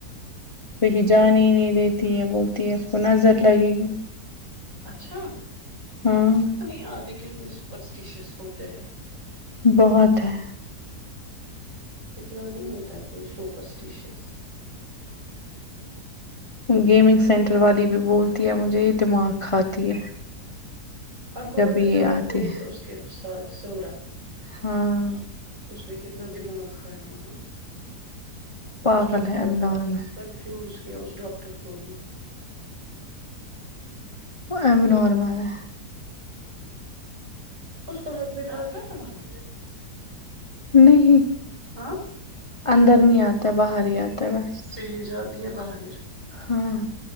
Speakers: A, on the left; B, on the right.
A: کہیں جانے ہی نہیں دیتی ہے بولتی ہے اس کو نظر لگے گی
B: اچھا
A: ہاں
B: نہیں آدے کےنے سپرسٹیشیس ہوتے ہیں
A: بہت ہے
B: اتنا نہیں ہوتا ہے کوئی سپرسٹیشیس
A: گیمنگ سینٹر والی بھی بولتی ہے مجھے یہ دماغ کھاتی ہے
B: آپ کو پتہ
A: یہ
B: جب ہم
A: آتی
B: گئے
A: ہے
B: سو اس کے ساتھ سورا
A: ہاں
B: اس نے کتنا دماغ کھایا وہاں
A: پاگل
B: اس ڈاکٹر
A: ہے اب
B: کا
A: نارمل
B: کنفیوز کیا اس ڈاکٹر کو بھی
A: وہ اب نارمل ہے
B: اس کا ہسبینڈ آتا ہے وہاں
A: نہیں
B: ہاں
A: اندر نہیں آتا ہے باہر ہی آتا ہے بس
B: پھر یہ جاتی ہے باہر
A: ہاں